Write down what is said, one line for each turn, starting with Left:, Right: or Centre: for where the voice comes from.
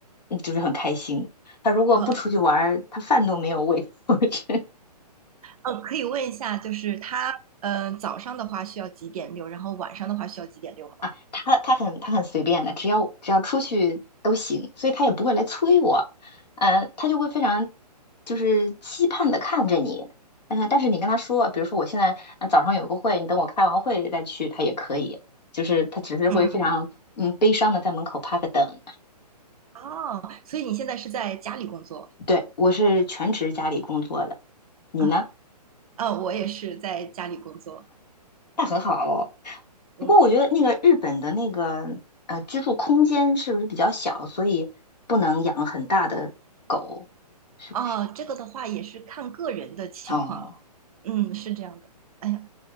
Left: 嗯就是很开心。它如果不出去玩儿它饭都没有喂。
Right: 嗯
Left: <laughs> 我真
Right: 嗯，可以问一下，就是他呃，早上的话需要几点遛，然后晚上的话需要几点遛吗？
Left: 啊，他他很他很随便的，只要只要出去都行，所以他也不会来催我，呃，他就会非常就是期盼的看着你，嗯、但是你跟他说，比如说我现在呃早上有个会，你等我开完会再去，他也可以，就是他只是会非常嗯悲伤的在门口趴着等。
Right: 嗯嗯嗯。哦，所以你现在是在家里工作
Left: 对，我是全职家里工作的，你呢？
Right: 啊？啊，我也是在家里工作。
Left: 那很好哦。
Right: 嗯，
Left: 不过我觉得那个日本的那个呃居住空间是不是比较小，所以不能养很大的狗，是不是？
Right: 啊，这个的话也是看个人的情况。
Left: 哦，
Right: 嗯，是这样的。哎呀，